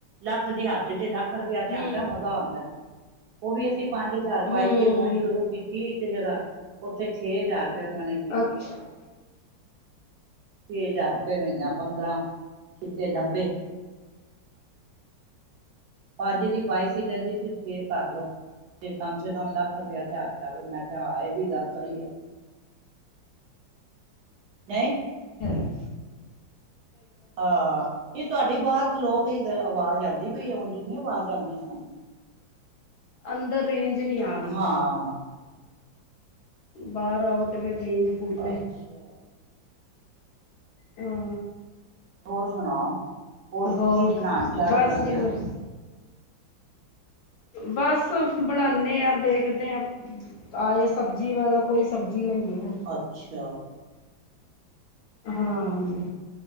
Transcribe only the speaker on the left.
ਹਮ
ਹਮ
ਅੱਛਾ
ਹੂੰ।
ਅੰਦਰ ਰੇਂਜ। ਨਹੀਂ ਆ ਰਹੀ
ਬਾਹਰ ਆਓ ਤੇ ਫੇਰ ਰੇਂਜ। ਫੁੱਲ ਹੈ
ਹਾਂ
ਹੋਰ
ਬਸ
ਜੀ
ਬਸ। ਬਸ ਬਣਾਉਦੇ ਹਾਂ ਦੇਖਦੇ ਹਾਂ। ਆਏ ਸਬਜ਼ੀ ਵਾਲਾ ਕੋਈ ਸਬਜ਼ੀ ਲਈਏ ਫਿਰ।
ਹਾਂ ਹਾਂਜੀ